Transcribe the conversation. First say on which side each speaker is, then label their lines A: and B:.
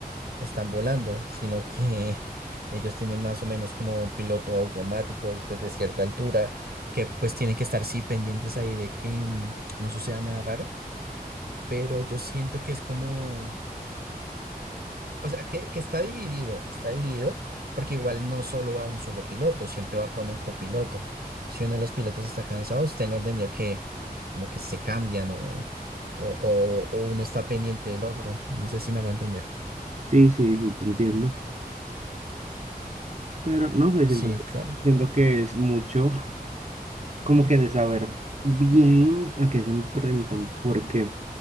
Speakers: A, on the right; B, on the right.
A: están volando, sino que <laughs> ellos tienen más o menos como un piloto automático después de cierta altura, que pues tienen que estar sí pendientes ahí de que mm, no suceda nada raro, pero yo siento que es como... O sea, que, que está dividido, está dividido, porque igual no solo va un solo piloto, siempre va con un copiloto. Si uno de los pilotos está cansado, pues tengo entendido que como que se cambian o, o, o- o uno está pendiente del otro. No sé si me hago entender.
B: Sí, sí, sí, te entiendo. Pero no sé, siento,
A: Sí, claro.
B: siento que es mucho como que de saber bien a qué se enfrentan, porque